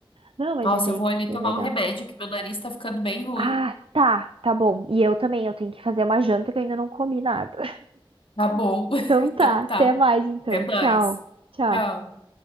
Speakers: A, on the right (about 75°); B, on the left (about 70°).
A: Não, mas
B: Nossa,
A: é bem,
B: eu vou ali
A: bem
B: tomar
A: legal.
B: um remédio, que meu nariz tá ficando bem ruim.
A: Ah, tá, tá bom. E eu também, eu tenho que fazer uma janta que eu ainda não comi nada.
B: Tá bom. <laughs>
A: Então
B: Então
A: tá, até
B: tá.
A: mais então.
B: Até mais.
A: Tchau, tchau.
B: Tchau.